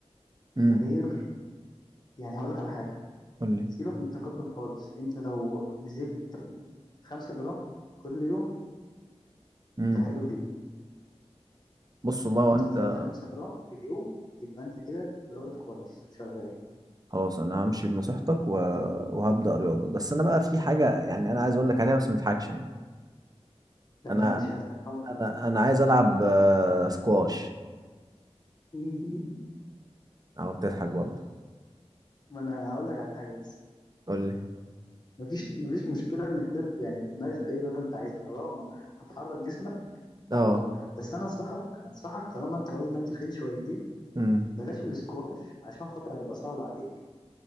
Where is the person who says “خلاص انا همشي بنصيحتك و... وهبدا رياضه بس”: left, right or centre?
Right